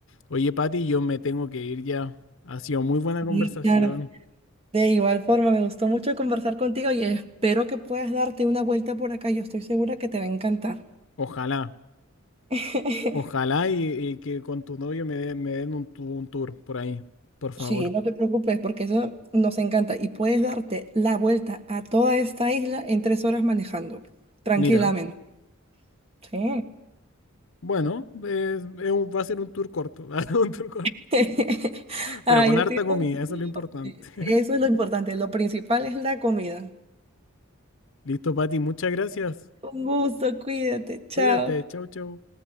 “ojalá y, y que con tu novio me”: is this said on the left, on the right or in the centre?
Left